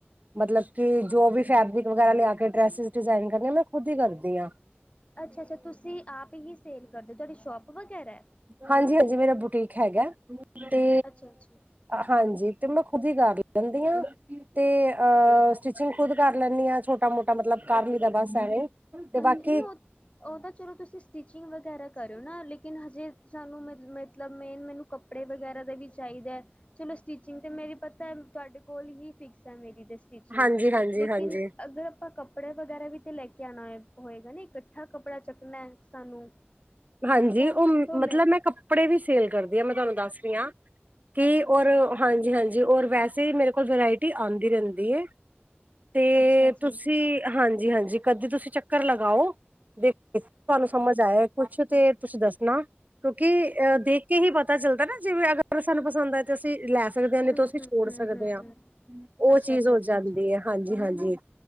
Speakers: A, on the right; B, on the left.
A: ਮਤਲਬ ਕਿ ਜੋ ਵੀ ਫੈਬਰਿਕ ਵਗੈਰਾ ਲਿਆ ਕੇ ਡਰੈਸ ਡਿਜ਼ਾਈਨ ਕਰਨੀ ਆ ਮੈਂ ਖੁਦ ਈ ਕਰਦੀ ਆ।
B: ਅੱਛਾ ਅੱਛਾ ਤੁਸੀਂ ਆਪ ਹੀ ਸੇਲ ਕਰਦੇ ਅੋ ਤੁਹਾਡੀ ਸ਼ੋਪ ਵਗੈਰਾ
A: ਹਾਂਜੀ ਹਾਂਜੀ ਮੇਰਾ ਬੁਟੀਕ ਹੈਗਾ ਤੇ
B: ਅੱਛਾ ਅੱਛਾ
A: ਹਾਂਜੀ ਤੇ ਮੈਂ ਖੁਦ ਈ ਕਰ ਲੈਂਦੀ ਆ। ਤੇ ਅ ਸਟਿਚਿੰਗ ਖੁਦ ਕਰ ਲੈਂਨੀ ਆ ਛੋਟਾ ਮੋਟਾ ਮਤਲਬ ਕਰ ਲਈਦਾ ਬਸ ਐਵੇਂ। ਤੇ
B: ਅੱਛਾ
A: ਬਾਕੀ
B: ਨੀ ਉਹ ਉ ਤਾਂ ਚਲੋ ਤੁਸੀਂ ਸਟਿਚਿੰਗ ਵਗੈਰਾ ਕਰੋ ਨਾ ਲੇਕਿਨ ਹਜੇ ਸਾਨੂੰ ਮ ਮਤਲਬ ਮੇਨ ਮੈਨੂੰ ਕੱਪੜੇ ਵਗੈਰਾ ਦਾ ਵੀ ਚਾਈਦਾ। ਚਲੋ ਸਟਿਚਿੰਗ ਤੇ ਮੇਰੀ ਪਤਾ ਤੁਹਾਡੇ ਕੋਲ ਹੀ ਫਿਕਸ ਅ ਮੇਰੀ ਤੇ। ਸਟੀਚਿੰਗ
A: ਹਾਂਜੀ ਹਾਂਜੀ
B: ਲੇਕਿਨ
A: ਹਾਂਜੀ
B: ਅਗਰ ਆਪਾਂ ਕੱਪੜੇ ਵਗੈਰਾ ਵੀ ਤੇ ਲੈ ਕੇ ਆਣਾ ਹੋਏ। ਹੋਏਗਾ ਨੀ ਇਕੱਠਾ ਕੱਪੜਾ ਚੱਕਣਾ ਸਾਨੂੰ।
A: ਹਾਂਜੀ
B: ਉਹ
A: ਉ
B: ਕਿੱਥੋਂ ਲੈ
A: ਮਤਲਬ ਮੈਂ ਕੱਪੜੇ ਵੀ ਸੇਲ ਕਰਦੀ ਆ ਮੈਂ ਤਾਨੂੰ ਦੱਸ ਰੀ ਆ। ਕੀ
B: ਅੱਛਾ ਅੱਛਾ
A: ਅੋਰ
B: ਜੀ।
A: ਹਾਂਜੀ ਹਾਂਜੀ ਅੋਰ ਵੈਸੇ ਮੇਰੇ ਕੋਲ ਵਰਾਇਟੀ ਆਦੀਂ ਰਹੰਦੀ ਏ। ਤੇ
B: ਅੱਛਾ ਜੀ,
A: ਤੁਸੀਂ ਹਾਂਜੀ ਹਾਂਜੀ ਕਦੀ ਤੁਸੀਂ ਚੱਕਰ ਲਗਾਓ ਦੇ ਤੁਹਾਨੂੰ ਸਮਝ ਆਇਆ। ਕੁੱਛ ਤੇ ਤੁਛ ਦੱਸਣਾ ਕਿਉਂਕਿ ਅ
B: ਹੂੰ,
A: ਦੇਖ ਕੇ ਹੀ ਪਤਾ ਚੱਲਦਾ ਨਾ ਜਿਵੇਂ ਅਗਰ ਸਾਨੂੰ ਪਸੰਦ ਆ। ਅਸੀਂ ਲੈ ਸਕਦੇ ਹਾਂ ਨਹੀਂ
B: ਹੂੰ,
A: ਤਾਂ ਅਸੀਂ ਛੋੜ
B: ਹੂੰ,
A: ਸਕਦੇ
B: ਹੂੰ।
A: ਹਾਂ। ਉਹ
B: ਅੱਛਾ,
A: ਚੀਜ਼
B: ਅੱਛਾ,
A: ਹੋ
B: ਅੱਛਾ,
A: ਜਾਂਦੀ
B: ਅੱਛਾ,
A: ਹੈ ਹਾਂਜੀ ਹਾਂਜੀ